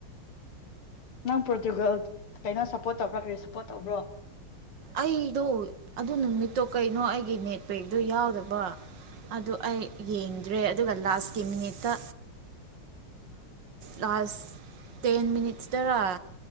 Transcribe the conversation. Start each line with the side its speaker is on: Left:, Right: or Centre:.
Left: ꯅꯪ ꯄ꯭ꯔꯣꯔꯇꯨꯒꯜ ꯀꯩꯅꯣ ꯁꯞꯄꯣꯔꯠ ꯇꯧꯕ꯭ꯔꯥ ꯀꯔꯤ ꯁꯞꯄꯣꯔꯠ ꯇꯧꯕ꯭ꯔꯣ
Right: ꯑꯩꯗꯣ ꯑꯗꯨ ꯅꯨꯃꯤꯠꯇꯣ ꯀꯩꯅꯣ ꯑꯩꯒꯤ ꯅꯦꯠꯄꯦꯛꯇꯣ ꯌꯥꯎꯗꯕ ꯑꯗꯨ ꯑꯩ ꯌꯦꯡꯗ꯭ꯔꯦ ꯑꯗꯨꯒ ꯂꯥꯁꯀꯤ ꯃꯤꯅꯤꯠꯇ ꯂꯥꯁ ꯇꯦꯟ ꯃꯤꯅꯤꯠꯁꯇꯔꯥ